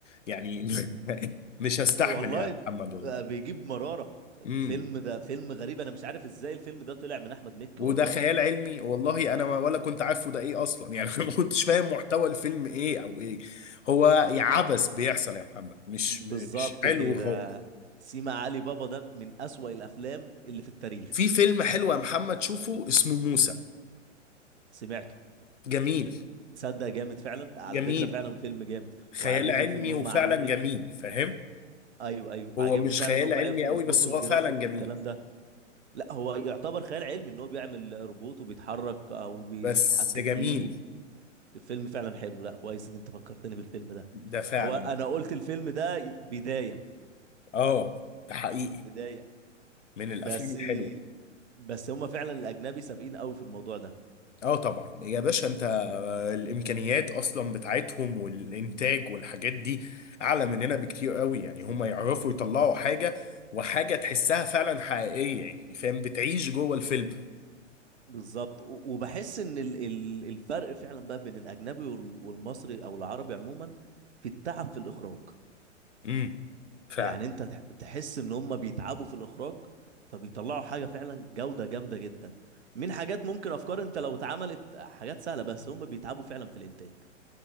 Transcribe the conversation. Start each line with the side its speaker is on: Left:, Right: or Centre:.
Left: يعني <laughs> مش هستحمل
Right: والله
Left: يا محمد
Right: بقى
Left: والله
Right: بيجيب مرارة
Left: امم
Right: فيلم ده فيلم غريب انا مش عارف ازاي الفيلم ده طلع من احمد مكي
Left: وده
Right: والله
Left: خيال علمي والله انا ما- ولا كنت عارفه ده ايه اصلا يعني <laughs> ما كنتش فاهم محتوى الفيلم ايه او ايه هو يا عبث بيحصل يا محمد مش
Right: بالظبط
Left: مش حلو
Right: كده
Left: خالص
Right: سيما علي بابا ده من اسوأ الافلام اللي في التاريخ
Left: في فيلم حلو يا محمد شوفه اسمه موسى
Right: سمعته
Left: جميل
Right: تصدق جامد فعلا على
Left: جميل
Right: فكرة فعلا فيلم جامد
Left: خيال
Right: وعاجبني
Left: علمي
Right: فيه ان هم
Left: وفعلا
Right: عاملين
Left: جميل فاهم
Right: ايوه ايوه
Left: هو
Right: عاجبني
Left: مش
Right: فعلا
Left: خيال
Right: ان هم
Left: علمي
Right: عرفوا
Left: قوي
Right: يظبطوا
Left: بس هو
Right: الجرافيك
Left: فعلا جميل
Right: والكلام ده لا هو يعتبر خيال علمي ان هو بيعمل روبوت وبيتحرك آه، وبيتحكم
Left: بس جميل
Right: فيه الفيلم فعلا حلو لا كويس ان انت فكرتني بالفيلم ده
Left: ده فعلا
Right: هو انا قلت الفيلم ده بداية
Left: اه ده حقيقي
Right: بداية
Left: من الافلام
Right: بس
Left: الحلوه
Right: بس هما فعلا الاجنبي سابقين قوي في الموضوع ده
Left: اه طبعا يا باشا انت الامكانيات اصلا بتاعتهم والانتاج والحاجات دي اعلى مننا بكتير قوي يعني هم يعرفوا يطلعوا حاجه وحاجه تحسها فعلا حقيقيه يعني فاهم بتعيش جوه الفيلم
Right: بالظبط و- وبحس ان ال- ال- الفرق فعلا بقى بين الاجنبي وال- والمصري او العربي عموما في التعب في الاخراج
Left: امم فعلا
Right: يعني انت تح- تحس ان هم بيتعبوا في الاخراج فبيطلعوا حاجه فعلا جوده جامده جدا من حاجات ممكن افكار انت لو اتعملت حاجات سهله بس هم بيتعبوا فعلا في الانتاج